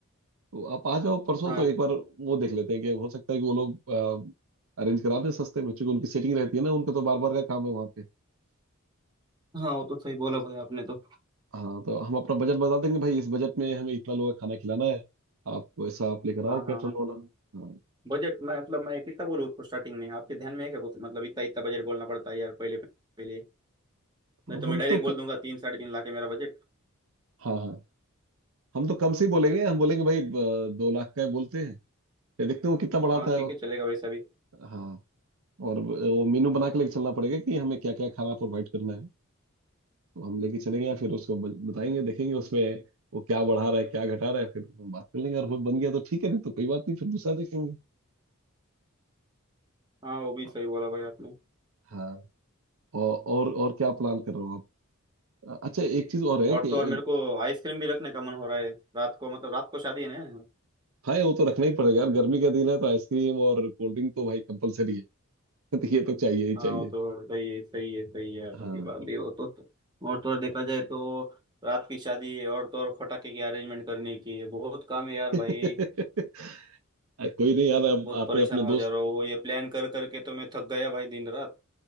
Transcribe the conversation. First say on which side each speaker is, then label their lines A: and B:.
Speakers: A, on the right; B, on the right.
A: तो आप आ जाओ परसों
B: हाँ
A: तो एक बार वो देख लेते हैं कि हो सकता है कि वो लोग अरेंज करा दें सस्ते में क्योंकि उनकी सेटिंग रहती है ना उनका तो बार बार का काम है वहाँ पे
B: हाँ वो तो सही बोला भाई आपने तो
A: हाँ तो हम अपना बजट बता देंगे भाई इस बजट में हमें इतना लोगों का खाना खिलाना है आप वैसा आप लेकर आओ
B: हाँ हाँ
A: कैटरल
B: हाँ
A: वाला हाँ
B: बजट मैं मतलब मैं कितना बोलूँ उसको स्टार्टिंग में आपके ध्यान में है क्या कुछ मतलब इतना इतना बजट बोलना पड़ता है यार पहले पहले
A: हाँ,
B: नहीं तो
A: हम
B: मैं डायरेक्ट
A: तो
B: बोल दूंगा तीन साढ़े तीन लाख है मेरा बजट
A: हाँ हाँ हम तो कम से ही बोलेंगे हम बोलेंगे भाई अ, दो लाख का है बोलते हैं फिर देखते हैं वो कितना बढ़ाता
B: हाँ
A: है
B: ठीक
A: वो
B: है चलेगा वैसा भी
A: हाँ और वो मेनू बना के लेके चलना पड़ेगा कि हमें क्या क्या खाना प्रोवाइड करना है तो हम लेके चलेंगे या फिर उसको ब- बताएंगे देखेंगे उसमें वो क्या बढ़ा रहा है क्या घटा रहा है फिर हम बात कर लेंगे और वो बन गया तो ठीक है नहीं तो कोई बात नहीं फिर दूसरा देखेंगे
B: हाँ वो भी
A: हाँ
B: सही बोला भाई आपने
A: हाँ, और और और क्या प्लान कर रहे हो आप अच्छा एक चीज और है
B: और
A: कि
B: तो और
A: अ,
B: मेरे को आइसक्रीम भी रखने का मन हो रहा है रात को मतलब रात को शादी है ना
A: हाँ वो तो रखना ही पड़ेगा यार गर्मी का दिन है तो आइसक्रीम और कोल्ड ड्रिंक तो भाई कंपलसरी है <laughs> तो ये तो चाहिए ही
B: हाँ
A: चाहिए
B: वो तो सही है सही है सही है आपकी
A: हाँ
B: बात भी वो तो और तो और देखा जाए तो रात की शादी है और तो और फटाके की अरेंजमेंट करने की है बहुत काम है यार भाई
A: <laughs> अरे कोई नहीं यार अब
B: बहुत
A: आपने
B: परेशान
A: अपने
B: हो
A: दोस्त
B: जा रहा हूँ ये प्लान कर करके तो मैं थक गया भाई दिन रात